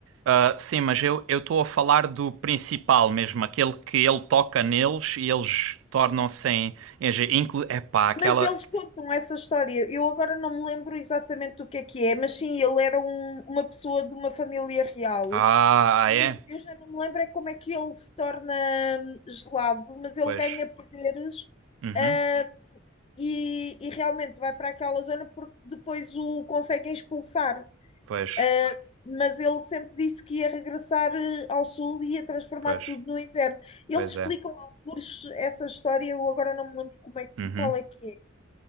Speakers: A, on the right; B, on the left.
A: Ah, sim, mas eu eu estou a falar do principal mesmo, aquele que ele toca neles e eles tornam-se em, em ge- inclu, epá, aquela...
B: Mas eles contam essa história. Eu agora não me lembro exatamente do que é que é, mas sim, ele era um- uma pessoa de uma família real.
A: Ah, ah,
B: E
A: é?
B: eu, eu já não me lembro é como é que ele se torna hum, gelado, mas ele
A: Pois,
B: ganha poderes,
A: uhum,
B: ah, e, e realmente vai para aquela zona porque depois o conseguem expulsar.
A: pois,
B: Ah, mas ele sempre disse que ia regressar eh, ao sul e ia transformar
A: pois,
B: tudo no inverno. Eles
A: pois
B: explicam
A: é.
B: alguns essa história, eu agora não me lembro como é, que-
A: Uhum.
B: qual é que é.